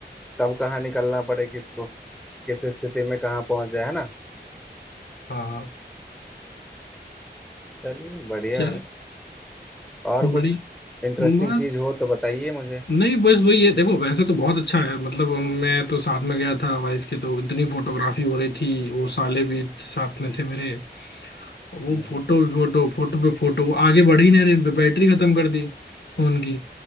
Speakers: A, in the centre; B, on the left.
A: कब कहाँ निकलना पड़े किसको किस स्थिति में कहाँ पहुंच जाए है ना
B: हाँ
A: चलिए बढ़िया
B: चल
A: है और
B: बड़ी
A: कुछ इंटरेस्टिंग
B: बस
A: चीज हो तो बताइए मुझे
B: नहीं बस वही है देखो वैसे तो बहुत अच्छा है मतलब मैं तो साथ में गया था वाइफ के तो इतनी फोटोग्राफी हो रही थी वो साले भी साथ में थे मेरे वो
A: हम्म हम्म,
B: फोटो फोटो फोटो पे फोटो वो आगे बढ़ ही नहीं रहे बैटरी खत्म कर दी फोन की